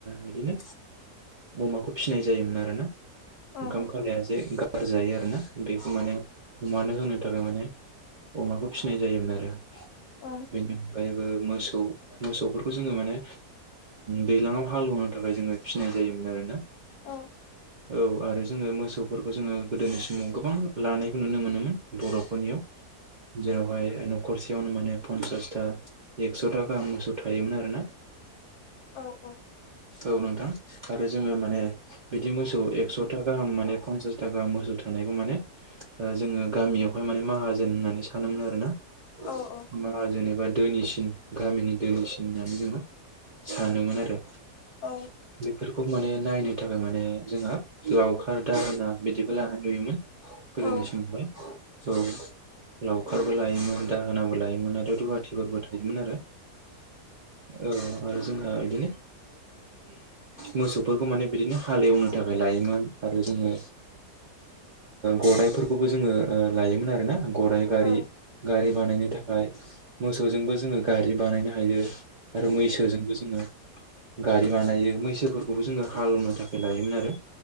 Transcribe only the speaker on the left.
औ
औ
औ
औ औ।
औ औ
औ
औ
औ